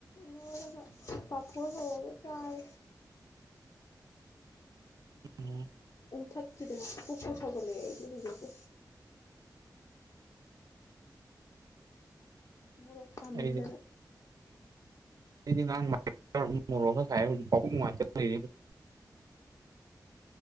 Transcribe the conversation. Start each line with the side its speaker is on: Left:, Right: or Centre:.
Left: ꯏꯔꯣꯜꯂꯒ ꯄꯥꯐꯣꯔ ꯍꯧꯔꯒ ꯆꯥꯏ꯫
Right: ꯎꯝ
Left: ꯊꯛ ꯈꯤꯗꯅ ꯄꯨꯛꯇꯨꯝ ꯁꯥꯎꯒꯠꯂꯛꯑꯦ ꯑꯩꯗꯤ ꯍꯨꯄꯨꯛꯄꯨ꯫ ꯃꯣꯔꯣꯛ ꯁꯥꯃꯟꯗꯅ
Right: ꯑꯩꯗꯤ ꯑꯩꯗꯤ ꯉꯔꯥꯡ <unintelligible>